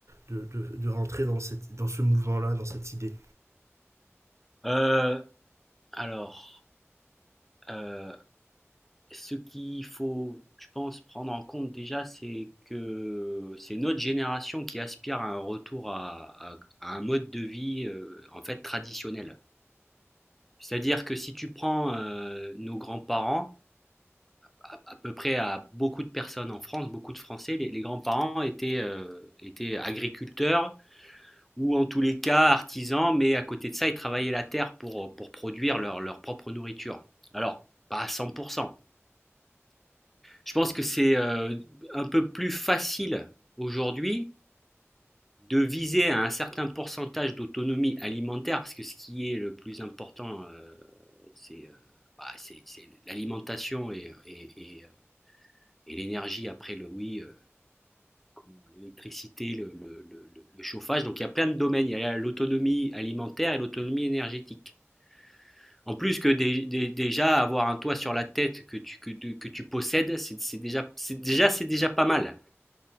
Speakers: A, on the right (about 75°); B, in the centre.
A: de, de- de rentrer dans, cette, dans ce mouvement-là, dans cette idée
B: Heu, alors, heu, ce qu'il faut, je pense, prendre en compte déjà, c'est que c'est notre génération qui aspire à un retour à à à un mode de vie, heu, en fait, traditionnel. C'est-à-dire que si tu prends, heu, nos grands-parents, à à peu près à beaucoup de personnes en France, beaucoup de Français, les les grands-parents étaient, heu, étaient agriculteurs ou en tous les cas artisans, mais à côté de ça, ils travaillaient la terre pour, euh, pour produire leur, leur propre nourriture. Alors, pas à 100%. Je pense que c'est euh, un peu plus facile aujourd'hui de viser à un certain pourcentage d'autonomie alimentaire, parce que ce qui est le plus important, euh, c'est euh, bah, c'est- c'est l'alimentation et, et- et, euh, et l'énergie après le oui, euh, comment, l'électricité, le- le- le- le chauffage. Donc il y a plein de domaines, il y a l'autonomie alimentaire et l'autonomie énergétique. En plus que dé- dé- déjà avoir un toit sur la tête que tu, que, de- que tu possèdes, c'est c'est déjà, c'est déjà, c'est déjà pas mal.